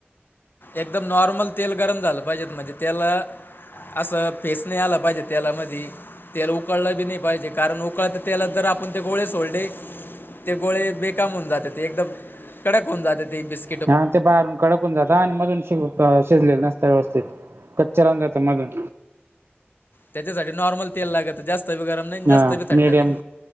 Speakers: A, on the left (about 55°); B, on the right (about 70°).
A: एकदम नॉर्मल तेल गरम झालं पाहिजे म्हणजे तेलात असं फेस नाही आला पाहिजे तेला मधी. तेल उकळलं बी नाही पाहिजे कारण उकळत्या तेलात जर आपण ते गोळे सोडले ते गोळे बेकाम होऊन जात्यात ते एकदम कडक होऊन जात्यात ते बिस
B: हा ते बाहेरून कडक होऊन जातं आणि मधून श शिजलेले नसतं व्यवस्थित. कच्चा लागतं मधून.
A: त्यासाठी नॉर्मल तेल लागतं जास्त बी गरम नाही आणि जास्त
B: हा
A: बी थंड
B: मीडियम
A: नाही